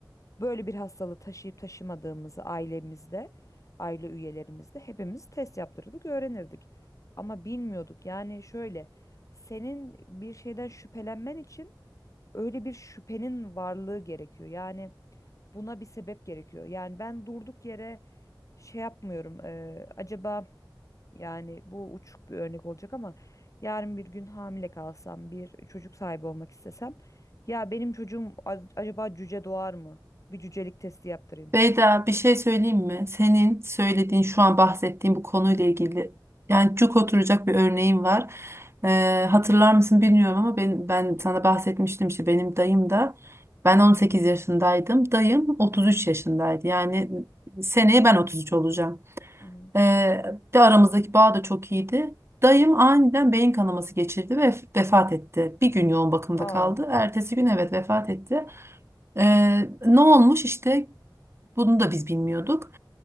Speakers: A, on the left; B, on the right.
A: böyle bir hastalığı taşıyıp taşımadığımızı ailemizde, aile üyelerimizde hepimiz test yaptırırdık, öğrenirdik. Ama bilmiyorduk. Yani şöyle senin bir şeyden şüphelenmen için öyle bir şüphenin varlığı gerekiyor. Yani buna bir sebep gerekiyor. Yani ben durduk yere şey yapmıyorum. eee, acaba yani bu uçuk bir örnek olacak ama yarın bir gün hamile kalsam, bir çocuk sahibi olmak istesem ya benim çocuğum ac- acaba cüce doğar mı? Bir cücelik testi yaptırayım.
B: Beyda bir şey söyleyeyim mi? Senin söylediğin şu an bahsettiğin bu konuyla ilgili yani cuk oturacak bir örneğim var. Ee, hatırlar mısın bilmiyorum ama ben, ben sana bahsetmiştim işte benim dayım da ben 18 yaşındaydım. Dayım 33 yaşındaydı. Yani seneye ben 33 olacağım.
A: Hı hı.
B: Ee, de aramızdaki bağ da çok iyiydi. Dayım aniden beyin kanaması geçirdi ve vefat etti. Bir gün yoğun bakımda
A: Aa.
B: kaldı. Ertesi gün evet vefat etti. Ee, ne olmuş işte bunu da biz bilmiyorduk.